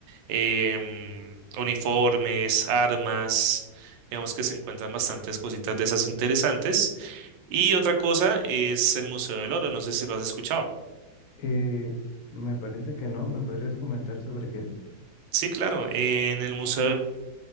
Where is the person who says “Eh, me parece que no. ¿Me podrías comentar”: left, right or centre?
Left